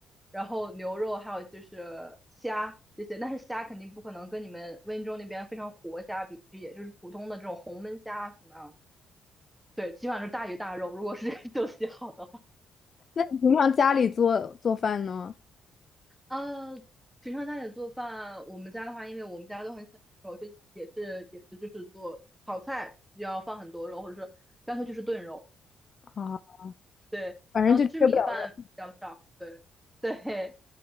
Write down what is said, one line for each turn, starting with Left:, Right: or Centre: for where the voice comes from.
Centre: 然后牛肉还有就是虾这些，但是虾肯定不可能跟你们温州那边非常活虾比，也就是普通的这种红焖虾什么样的。对，基本上是大鱼大肉，如果是 <laughs> 这种喜好的话。
Left: 那你平常家里做做饭呢？
Centre: 呃，平常家里做饭，我们家的话，因为我们家都很小肉，就也是也是就是做炒菜要放很多肉，或者说干脆就是炖肉，
Left: 啊，
Centre: 对。
Left: 反正就缺不了。
Centre: 然后吃米饭比较少，对 <laughs> 对，